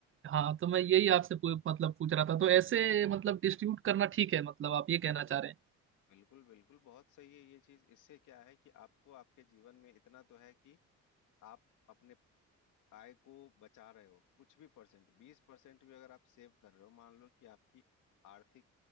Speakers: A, on the right; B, on the left.
A: हाँ तो मैं यही आपसे पू- मतलब पूछ रहा था तो ऐसे मतलब डिस्ट्रीब्यूट करना ठीक है मतलब आप ये कहना चाह रहे हैं
B: बिल्कुल बिल्कुल बहुत सही है ये चीज इससे क्या है कि आपको आपके जीवन में इतना तो है कि आप अपने आय को बचा रहे हो कुछ भी परसेंट बीस परसेंट भी अगर आप सेव कर रहे हो मान लो कि आपकी आर्थिक